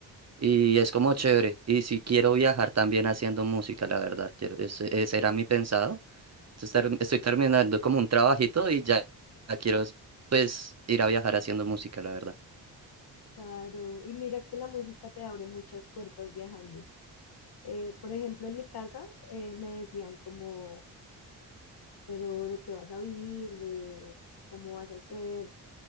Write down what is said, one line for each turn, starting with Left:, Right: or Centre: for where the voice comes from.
Right: y es como chévere, y si quiero viajar también haciendo música, la verdad, quiero, ese, ese era mi pensado, entonces ter- estoy terminando como un trabajito y ya ya quiero, pues, ir a viajar haciendo música, la verdad.
Left: Claro, y mira que la música te abre muchas puertas viajando. Eh, por ejemplo, en mi casa eh, me decían como, pero ¿de qué vas a vivir? ¿De cómo vas a hacer